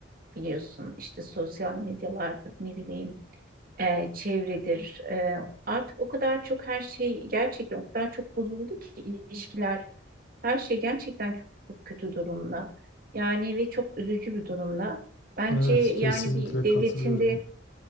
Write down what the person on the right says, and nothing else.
biliyorsun. İşte sosyal medyalardır, ne bileyim e, çevredir. E, artık o kadar çok her şey gerçekten o kadar çok bozuldu ki ilişkiler, her şey gerçekten çok, çok kötü durumda. Yani ve çok üzücü bir durumda. Bence
yani
bir devletin
de